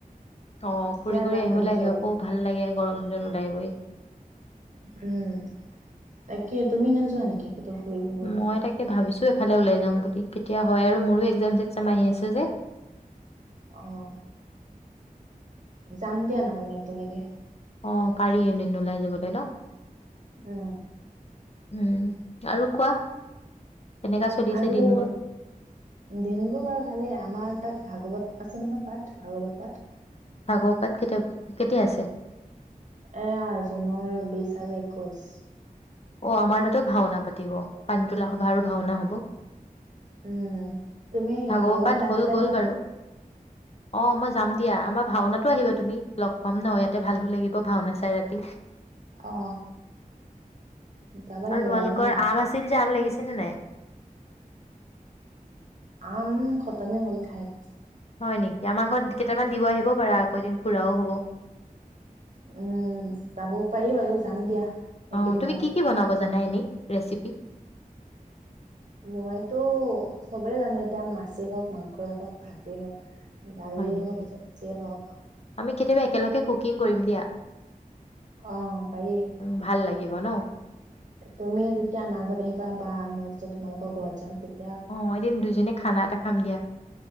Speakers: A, on the left (about 45°); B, on the right (about 55°).
A: অ
B: এতিয়া
A: ফুৰি কৰি
B: যাম
A: আহিব
B: ভাবিছো
A: লাগে
B: আৰু
A: আকৌ ভাল লাগে গৰম দিনত ওলাই গৈ।
B: উম তাকে তুমি নোযোৱা নেকি? ক'তো ফুৰিব গলো
A: মই তাকে ভাবিছো এফালে ওলাই যাম বুলি কেতিয়া হয় আৰু মোৰো এক্জাম চেক্জাম আহি আছে। ত যে
B: অ। যাম দিয়া নহ'লে একেলগে।
A: অ পাৰি এদিন ওলাই যাবলৈ ন?
B: উ।
A: উম। আৰু কোৱা কেনেকা চলিছে
B: আৰু
A: দিনবোৰ
B: দিন বোৰ বাৰু ভালেই আমাৰ তাত। ভাগৱত আছে নহয় পাঠ। ভাগৱত পাঠ।
A: ভাগৱত পাঠ কেতিয়া, কেতিয়া আছে?
B: এয়া জুনৰ বিশ আৰু একৈশ।
A: অ আমাৰ তাাতো ভাওনা পাতিব। পানী তোলা সবা আৰু ভাওনা হ'ব।
B: উম। তুমি
A: ভাগৱত
B: ভাগৱতত
A: পাত হ'ল
B: আহিবা
A: গ'ল
B: দিয়া।
A: বাৰু অ মই যাম দিয়া আমাৰ ভাওনাতো আহিবা তুমি। লগ পাম ন ইয়াতে ভালো লাগিব ভাওনা চাই। চাই ৰাতি।
B: অ। যাব লাগিব
A: আৰু তোমালোকৰ
B: বাৰু মই ভা
A: আম আছিল যে আম লাগিছিল চে নে নাই?
B: আম খতমে হ'ল খাই ব
A: হয় নেকি আমাৰ ঘৰত কেইটামান দিব আহিব পাৰা আকৌ এদিন ফুৰাও হব
B: <unintelligible> উম <unintelligible> পাৰি বাৰু যাম দিয়া। এইকেইদিনতে
A: অ তুমি কি কি বনাব জানা এনেই? ৰেচিপি?
B: মইতো চবেই জানো এতিয়া মাছেই হওক, মাংসই হওক, ভাতে হওক। দালিয়ে
A: হয় নেকি
B: হওক চব্জিয়ে হওক
A: আমি কেতিয়াবা একেলগে কুকিং কৰিম দিয়া।
B: অ পাৰি
A: উম ভাল লাগ দিব ন?
B: তুমি যেতিয়া আমাৰ ঘৰত আহিবা, বা মই যেতিয়া তোমালোকৰ ঘৰত যাম তেয়া
A: অ এদিন দুজনীয়ে খানা এটা খাম দিয়া।